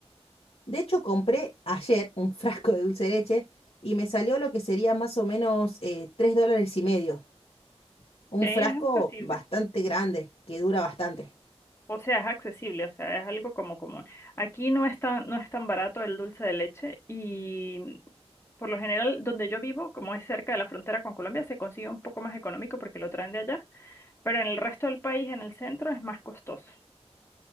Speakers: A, on the left; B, on the left.
A: De hecho, compré ayer un frasco de dulce de leche y me salió lo que sería más o menos eh, 3 dólares y medio. Un
B: Que ahí
A: frasco
B: es accesible.
A: bastante grande, que dura bastante.
B: O sea, es accesible, o sea, es algo como común. Aquí no es tan, no es tan barato el dulce de leche y por lo general, donde yo vivo, como es cerca de la frontera con Colombia, se consigue un poco más económico porque lo traen de allá, pero en el resto del país, en el centro, es más costoso.